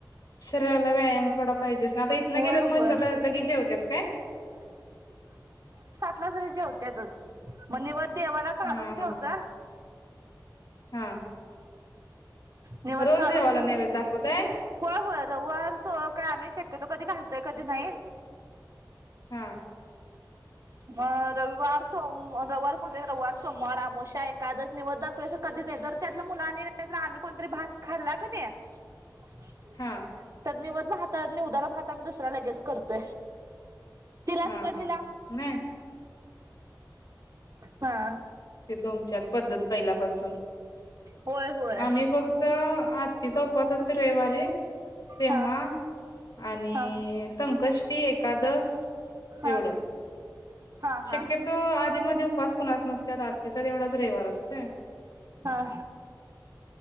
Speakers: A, on the left; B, on the right.
A: शरीराला व्यायाम थोडा पाहिजेच ना आता इथनं
B: होय
A: गेल्यावर
B: होय.
A: मध लगेचेवच्यात काय
B: होत देवाला काढून
A: हा हा
B: ठेवत
A: हा
B: निवद
A: रोज
B: काढून
A: देवाला
B: ठेऊन
A: नैवेद्य दाखवताय
B: होय होय रविवार सोडून काय आम्ही शक्यतो कधी घोल ते कधी नाही.
A: हा
B: रविवार सम रविवार पुजले रविवार सोमवार अमावस्या एकादस निवद दाखल्याशिवाय कधीच नाही जर त्यातल्या मुलानी नाही तर आम्ही कोणतरी भात खाल्ला का नाही
A: हा
B: तर निवद भात हा निवदाला भात आम्ही दुसरा लगेच करतोय. तिला
A: हा
B: तिकडलीला
A: हा नाही
B: हा
A: ते तुमच्यात पद्धत पहिल्यापासून
B: होय होय
A: आम्ही फक्त आत्तीचा उपस असते रविवारी तेव्हा
B: हा
A: आणि
B: हा
A: संकष्टी एकादस
B: हा
A: एवढं
B: हा हा
A: शक्यतो आधीमध्ये उपवास कुणाच नसत्यात तेवढाच रविवार असतोय.
B: हा